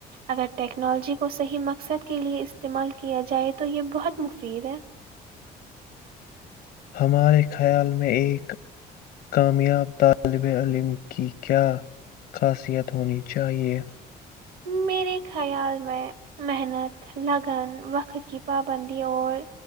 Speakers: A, on the right; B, on the left.
A: اگر ٹیکنالوجی کو صحیح مقصد کے لئے استعمال کیا جائے تو یہ بہت مفید ہے
B: ہمارے خیال میں ایک کامیاب طالب علم کی کیا خاصیت ہونی چاہیے
A: میرے خیال میں محنت لگن وقت کی پابندی اور